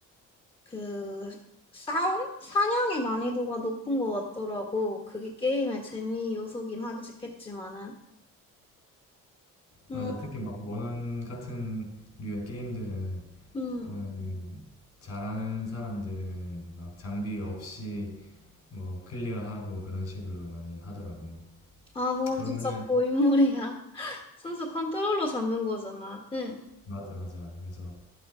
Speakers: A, on the left (about 15°); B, on the left (about 55°).
A: 그, 싸움? 사냥의 난이도가 높은 것 같더라고. 그게 게임의 재미 요소긴 하겠지만은. 음,
B: 맞아. 특히 막 모넌 같은 류의 게임들은
A: 음.
B: 보면은 잘하는 사람들은 막 장비 없이 뭐 클리어하고 그런 식으로 많이 하더라고.
A: 아, 그건
B: 그러면은
A: 진짜 고인물이야. 선수 컨트롤러 잡는 거잖아. 응.
B: 맞아 맞아. 그래서